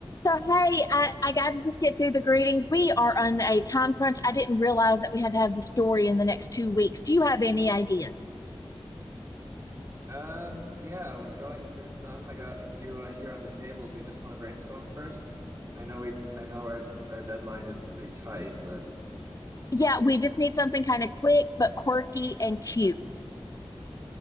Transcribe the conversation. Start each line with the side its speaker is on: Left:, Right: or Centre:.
Left: So, hey, I, I got to just get through the greetings. We are on a time crunch. I didn't realize that we had to have the story in the next two weeks. Do you have any ideas?
Right: Um, yeah, I was going through some. I got a few uh, here on the table. Do you just want to brainstorm first? I know we, I know our our deadline is pretty tight, but
Left: Yeah, we just need something kind of quick but quirky and cute.